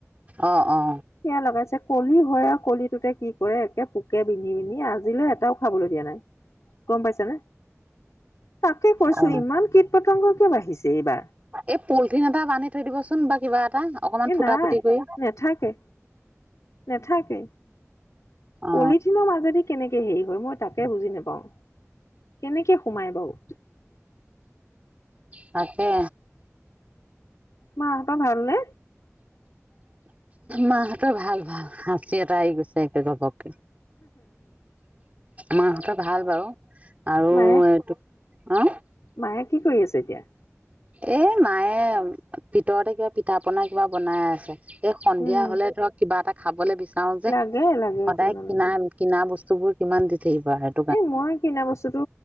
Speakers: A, on the right; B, on the left.
A: অ', অ'।
B: সেয়া লগাইছে কলি হয় আৰু কলিটোতে কি কৰে একে পোকে বিন্ধি বিন্ধি আজিলৈ এটাও খাবলৈ দিয়া নাই গ'ম পাইছে নে! তাকে কৈছো
A: অ
B: ইমান কীট-পতংগ কিয় বাঢ়িছে এইবাৰ?
A: এই পলিথিন এটা বান্ধি থৈ দিবচোন বা কিবা এটা। অকমান
B: এই
A: ফুটা
B: নাই
A: ফুটি কৰি
B: নেথাকে, নাথাকে।
A: অ
B: পলিথিনৰ মাজেদি কেনেকে হেৰি হয় মই তাকে বুজি নোপাওঁ। কেনেকে সোমাই বাৰু?
A: তাকে।
B: মাহঁতৰ ভাল নে?
A: মাহঁতৰ ভাল-ভাল। হাঁচি এটা আহি গৈছে একে ঘপকে। মাহঁতৰ ভাল বাৰু, আৰু
B: মায়ে
A: এইটো, উ?
B: মায়ে কি কৰি আছে এতিয়া?
A: এ মায়ে ভিতৰতে কিবা পিঠা-পনা কিবা বনাই আছে। এই সন্ধিয়া
B: উম
A: হ'লে ধৰক কিবা এটা খাবলে বিচাৰো যে,
B: লাগে লাগে
A: সদায়
B: কিয় নালাগে
A: কিনা কিনা বস্তু বোৰ কিমান দি থাকিব আৰু।
B: এ মই কিনা বস্তুতটো